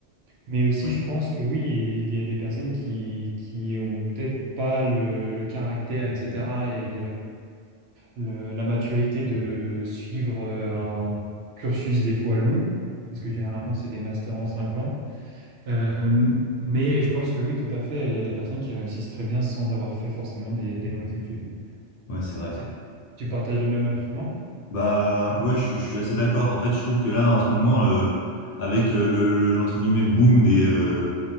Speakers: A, on the right (about 65°); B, on the left (about 60°).
A: Mais aussi,
B: Ouais,
A: je pense que oui, il y a des personnes qui, qui ont peut-être pas le, le caractère, etc. et le- la maturité de suivre euh, un cursus des fois long, parce que généralement c'est des masters en 5 ans. Euh, mais je pense que oui, tout à fait, il y a des personnes qui réussissent très bien sans avoir fait forcément des, des longues études.
B: ouais, c'est vrai.
A: C'est- Tu partages le même avis que moi?
B: Bah, ouais, je, suis je suis assez d'accord. En fait, je trouve que là, en ce moment, euh, avec euh, le, le- l'entre guillemets boom des, euh,